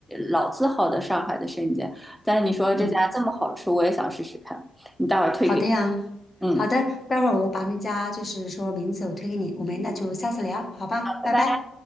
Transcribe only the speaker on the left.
嗯，
好的呀，
好的，待会儿我把那家就是说名字我推给你，我们那就下次聊，好吧，拜拜。